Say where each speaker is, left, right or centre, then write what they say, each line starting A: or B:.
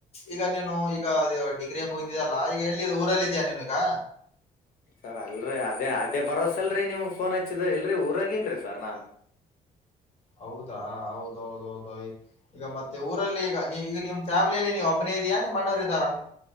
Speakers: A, on the left (about 45°); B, on the left (about 75°).
A: ಈಗ ನೀನು ಈಗ ಡಿಗ್ರಿ ಮುಗತಿ ಇದೆಯಲ್ಲ ಈಗ ಎಲ್ಲಿದ್ದ ಊರಲ್ಲ ಇದ್ಯಾ ಇವಾಗ
B: ಸರ್ ಅಲ್ರರಿ ಅದೇ ಅದೇ ಬರೋಸಲ್ರರಿ ನಿಮ್ಗ್ ಫೋನ್ ಹಚ್ಚಿದ ಇಲ್ರರಿ ಊರಾಗನ್ರರಿ ಸರ್ ನಾನ್
A: ಹೌದಾ ಹೌದೌದ ಹೌದು ಈಗ ಮತ್ತೆ ಊರಲ್ಲಿ ಈಗ ಈಗ ನಿಮ್ ಫ್ಯಾಮಿಲಿಯಲ್ಲಿ ನೀವು ಒಬ್ಬನೇ ಇದೆಯಾ ನಿಮ್ಮ ಅಣ್ಣರು ಇದ್ದಾರಾ